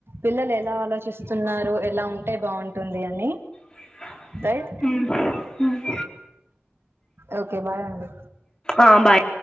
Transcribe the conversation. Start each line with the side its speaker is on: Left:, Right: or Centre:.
Right: పిల్లలు ఎలా ఆలోచిస్తున్నారు ఎలా ఉంటే బాగుంటుంది అని
Left: హ
Right: రైట్ ఓకే బాయ్ అండి
Left: ఆ బాయ్